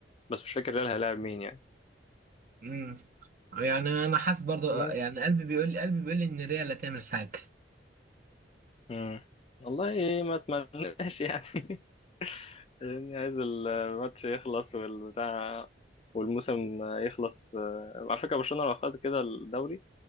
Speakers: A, on the left (about 30°); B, on the right (about 45°).
A: بس مش فاكر ريال هيلاعب مين يعني
B: امم يعني انا حاسس برضو
A: بس
B: يعني قلبي بيقول لي قلبي بيقول لي ان ريال هتعمل حاجه
A: مم. والله ما اتمناش يعني <laughs> يعني عايز الماتش يخلص والبتاع والموسم يخلص آه، على فكرة برشلونة لو خد كده الدوري